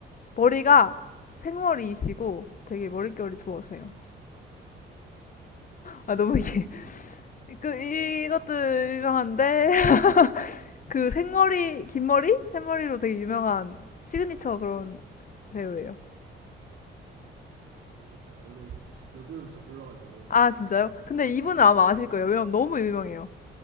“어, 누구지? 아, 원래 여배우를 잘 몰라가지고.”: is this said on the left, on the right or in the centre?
Right